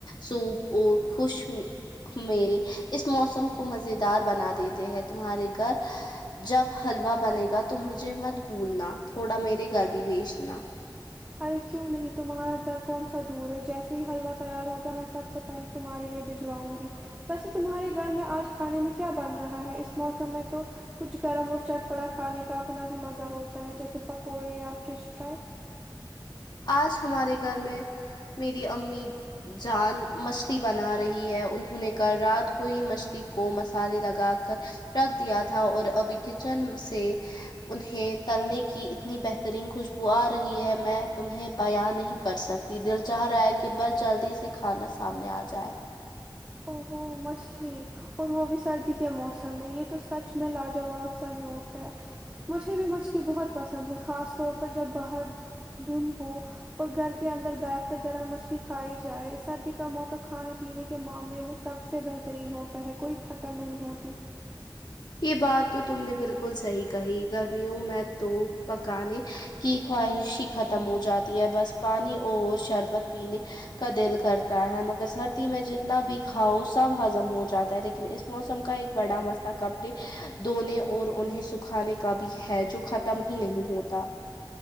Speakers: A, on the left; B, on the right.
A: سوپ اور خوش مے اس موسم کو مز مز ی دار بنا دیتے ہیں تمہارے گھر جب حلوا بنے گا تو مجھے مت بھولنا تھوڑا میرے گھر بھی بیچنا
B: ارے کیوں نہیں تمہارا گھر کون سا دور ہے جیسے ہی حلوا تیار ہوگا میں سب سے پہلیے تمہارے لیے بھجواؤں گی ویسے تمہارے گھر میں آج کھانے میں کیا بن رہا ہے اس موسم میں تو کچھ گرم اور چٹ پڑا کھانے کا اپنا ہی مزہ ہوتا ہے جیسے پکوڑے یا فش فرائی
A: آج ہمارے گھر میں میری امی جان مچھلی بنا رہی ہے انہوں نے کہ رات کو ہی مچھلی کو مسالے لگا کر رکھ دیا تھا اور ابھی کچن سے انہیں تلنے کی اتنی بہترین خوشبو آ رہی ہے میں تمہیں بیاں نہیں کر سکتی دل چاہ رہا ہے کہ بس جلدی سے کھانا سامنے آ جائے
B: او ہوو مچھلی اور وہ بھی سردی کے موسم میں یہ تو سچ میں لاجواب س نیو ہے مجھے بھی مچھلی بہت پسند ہے خاص طور پر جب باہر دھند ہو اور گھر کے اندر بیٹھ کر گرم مچھلی کھائی جائے سردی کا موسم کھانے پینے کے معامل میں سب سے بہترین ہوتا ہے کوئی تھکن نہیں ہوتی
A: یہ بات تو تم نے بالکل صحیح کہی گرمیوں میں تو پکانے کی خواہش ہی ختم ہو جاتی ہے بس پانی اور شربت پینے کا دل کرتا ہے مگر سردی میں جتنا بھی کھاؤ سب ہضم ہو جاتا ہے لیکن اس موسم کا ایک بڑا مسلا کب کپڑے دھونے اور انہیں سکھانے کا بھی ہے جو ختم ہی نہیں ہوتا